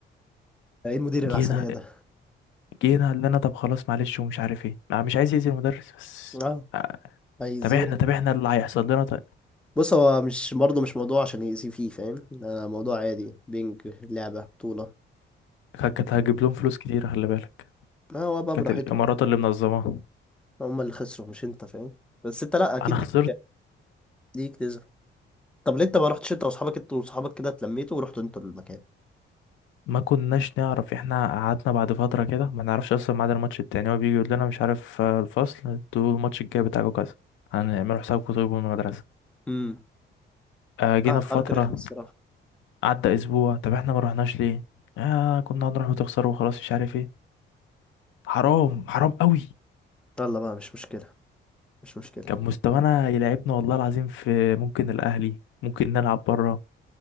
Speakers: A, in the centre; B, on the left.
A: ده ايه المدير العسليه
B: جينا
A: ده
B: جينا اللي انا طب خلاص معلش ومش عارف ايه انا مش عايز يأذي المدرس بس
A: اه
B: آه،
A: هيأذيه
B: طب احنا
A: يعني
B: طب احنا اللي هيحصل لنا طيب
A: بص هو مش برضه مش موضوع عشان يأذيه فيه فاهم ده موضوع عادي بينج لعبه بطوله
B: كانت كانت هجيب لهم فلوس كتير خلي بالك
A: ما هو بقى
B: كانت
A: براحتهم
B: الامارات اللي منظماها
A: هم اللي خسروا مش انت فاهم بس انت لا اكيد
B: انا خسرت
A: ليك ليك تزعل طب ليه انت ما رحتش انت واصحابك انت واصحابك كده اتلميتوا ورحتوا انتوا المكان
B: ما كناش نعرف احنا قعدنا بعد فتره كده ما نعرفش اصلا ميعاد الماتش التاني هو بيجي يقول لنا مش عارف آه، الفصل انتوا الماتش الجاي بتاعكم كذا هنعملوا حسابكم طيب من المدرسه
A: امم
B: آه، جينا
A: لا حركه
B: في فتره
A: رخمه الصراحه
B: عدى اسبوع طب احنا ما رحناش ليه آه كنا هنروح وتخسروا وخلاص مش عارف ايه حرام حرام قوي
A: يلا بقى مش مشكلة مش مشكلة
B: كان مستوانا يلعبنا والله العظيم في ممكن الاهلي ممكن نلعب بره